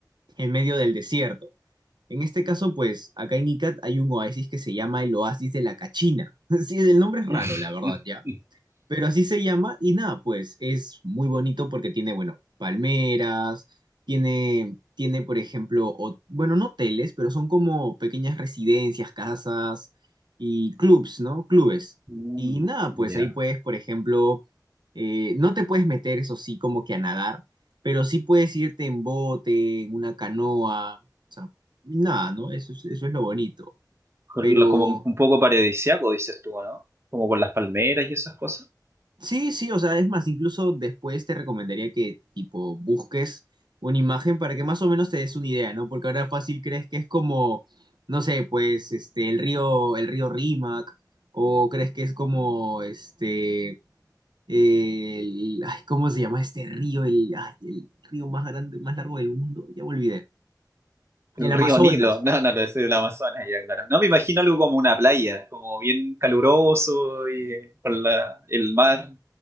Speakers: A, on the right (about 85°); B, on the right (about 35°).
A: en medio del desierto. En este caso, pues, acá en Ica hay un oasis que se llama el Oasis de la Cachina. <laughs> Sí, el nombre es raro,
B: <laughs>
A: la verdad, ya. Pero así se llama y nada, pues es muy bonito porque tiene, bueno, palmeras, tiene, tiene, por ejemplo, hot- bueno, no hoteles, pero son como pequeñas residencias, casas y clubs, ¿no? Clubes.
B: Mm,
A: Y nada, pues
B: ya.
A: ahí puedes, por ejemplo, eh, no te puedes meter, eso sí, como que a nadar, pero sí puedes irte en bote, en una canoa, o sea, y nada, ¿no? Eso es, eso es lo bonito. Ah,
B: Con
A: Pero...
B: la- Como un poco paradisiaco, dices tú, ¿no? Como por las palmeras y esas cosas.
A: Sí, sí, o sea, es más, incluso después te recomendaría que tipo busques una imagen para que más o menos te des una idea, ¿no? Porque ahora fácil crees que es como, no sé, pues este el río, el río Rímac, o crees que es como este el, ay, ¿cómo se llama este río? El, ay, el río más grande, más largo del mundo, ya me olvidé.
B: El
A: El Amazonas.
B: río Nilo, no, no, lo es el Amazonas, ya claro. No me imagino algo como una playa, como bien caluroso y eh, con la- el mar,